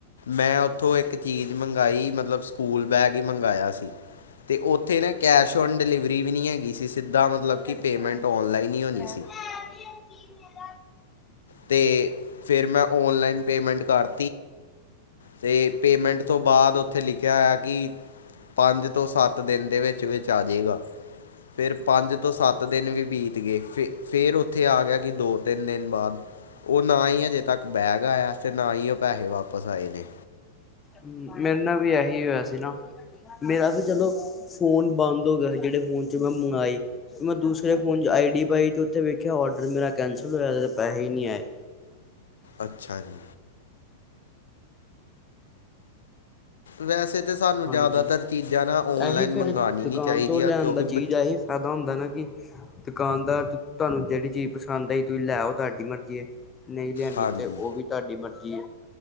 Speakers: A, on the left; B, on the left.
A: ਮੈਂ ਉੱਥੋਂ ਇੱਕ ਚੀਜ਼ ਮੰਗਾਈ ਮਤਲਬ ਸਕੂਲ ਬੈਗ ਹੀ ਮੰਗਵਾਆ ਸੀ ਅਤੇ ਉੱਥੇ ਨਾ ਕੈਸ਼ ਔਨ ਡਿਲੀਵਰੀ ਵੀ ਨਹੀਂ ਹੈਗੀ ਸੀ ਸਿੱਧਾ ਮਤਲਬ ਕਿ ਪੇਮੈਂਟ
B: ਜਾਣ
A: ਔਨਲਾਈਨ
B: ਕੇ
A: ਹੀ ਹੋਣੀ
B: ਪੈਰ
A: ਸੀ
B: ਰੱਖਿਆ ਗਿਆ।
A: ਤੇ ਫਿਰ ਮੈਂ ਓਨਲਾਈਨ ਪੇਮੈਂਟ ਕਰ। ਤੇ ਪੇਮੈਂਟ ਤੋਂ ਬਾਅਦ ਉੱਥੇ ਲਿਖਿਆ ਹੋਇਆ ਕਿ ਪੰਜ ਤੋਂ ਸੱਤ ਦਿਨ ਦੇ ਵਿੱਚ ਵਿਚ ਆ ਜਾਏਗਾ ਫਿਰ ਪੰਜ ਤੋਂ ਸੱਤ ਦਿਨ ਵੀ ਬੀਤ ਗਏ ਫ ਫੇਿਰ ਉੱਥੇ ਆ ਗਿਆ ਕਿ ਦੋ ਤਿੰਨ ਦਿਨ ਬਾਅਦ। ਉਹ ਨਾ ਹੀ ਅਜੇ ਤੱਕ ਬੈਗ ਆਇਆ ਤੇ ਨਾ ਪੈਸੇ ਵਾਪਿਸ ਆਏ ਨੇ।
B: ਹਮ ਮੇਰੇ ਨਾਲ ਵੀ ਇਹੀ ਹੋਇਆ ਸੀ ਨਾ ਮੇਰਾ ਵੀ ਚਲੋ ਫੋਨ ਬੰਦ ਹੋ ਗਿਆ ਜਿਹੜੇ ਫੋਨ ਚ ਮੈਂ ਮੰਗਵਾਈ ਮੈਂ ਦੂਸਰੇ ਫੋਨ ਚ ਆਈ ਡੀ ਪਾਈ ਤੇ ਉੱਥੇ ਵੇਖਿਆ ਡਰ ਮੇਰਾ ਕੈਂਸਲ ਹੋਇਆ ਪੈਸੇ ਹੀ ਨਹੀਂੀ ਆਏ
A: ਅੱਛਾ ਜੀ ਵੈਸੇ ਤਾਂ ਸਾਨੂੰ
B: ਹਾਂਜੀ
A: ਜ਼ਿਆਦਾਤਰ ਚੀਜ਼ਾਂ ਨਾ ਔਨਲਾਈਨ
B: ਇਹੀ ਫਿਰ
A: ਮੰਗਵਾਉਣੀ
B: ਦੁਕਾਨ
A: ਨਹੀਂ ਚਾਹੀਦੀਆਂ
B: ਤੋਂ ਲੈਣ
A: ਕਿਉਂਕਿ
B: ਦਾ
A: ਬ
B: ਚੀਜ਼ ਇਹੀ ਫਾਇਦਾ ਹੁੰਦਾ ਨਾ ਕਿ ਦੁਕਾਨਦਾਰ ਤੁਹਾਨੂੰ ਜਿਹੜੀ ਚੀਜ਼ ਪਸੰਦ ਆਈ ਤੁਸੀਂ ਲੈ ਤੁਹਾਡੀ ਮਰਜ਼ੀ ਨਹੀਂ ਲਿਆਦੀ
A: ਹਾਂਜੀ
B: ਤੇ ਉਹ ਵੀ ਤੁਹਾਡੀ ਮ ਕੀ